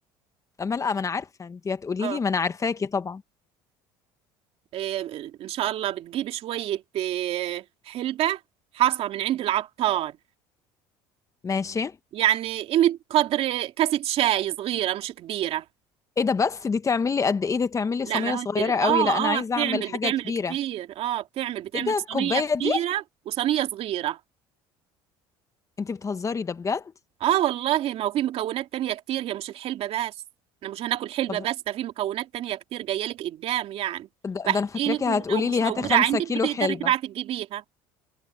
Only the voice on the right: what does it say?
اه
إيه ان شاء الله بتجيبي شوية إيه حلبة حصى من عند العطار
يعني قيمة قدر كاسة شاي صغيرة مش كبيرة
لا
ما
هو انت اه
اه بتعمل
بتعمل
كتير اه بتعمل بتعمل
صينية
كبيرة
وصينية صغيرة
اه والله ما هو في مكونات تانية كتير هي مش الحلبة بس احنا مش هناكل حلبة
بس ده في مكونات تانية كتير جاية لك قدام يعني
بحكي
لك
ولو مش
موجودة
عندك
بتقدري
تبعتي تجيبيها